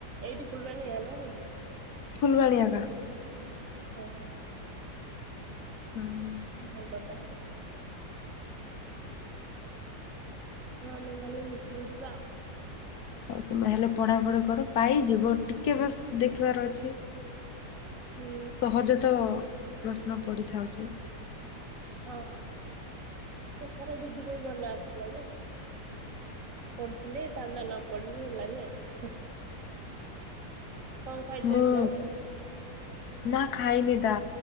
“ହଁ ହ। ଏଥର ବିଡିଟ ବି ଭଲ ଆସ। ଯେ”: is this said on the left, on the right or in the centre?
Right